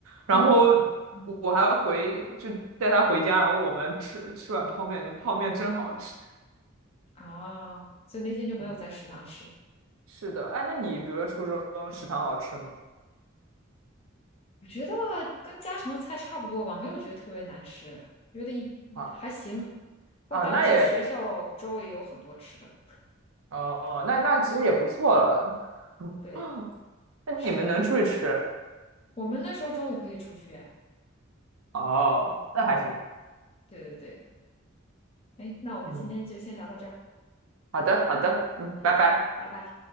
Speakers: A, on the right; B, on the left.
A: 然后
B: 哦，嗯，
A: 我还回就带他回家，然后我们吃吃碗泡面，就泡面真好吃。
B: 啊，所以那天就没有在食堂吃。
A: 嗯，是的，哎，那你比如说初中食堂好吃吗？
B: 我觉得跟家常菜差不多吧，没有觉得特别难吃，觉得一还行。
A: 啊
B: 不过当时学校周围也有很多吃的。
A: 啊，那也哦，那那其实也不错了。<gasps>
B: 对，
A: <laughs> 那你们能出去吃
B: 是的是。我们那时候中午可以出去哎。
A: 哦，那还行。
B: 对对对，哎，那我们今天就先聊到这儿。
A: 嗯，好的好的，嗯，
B: 嗯，
A: 拜拜。
B: 好，拜拜。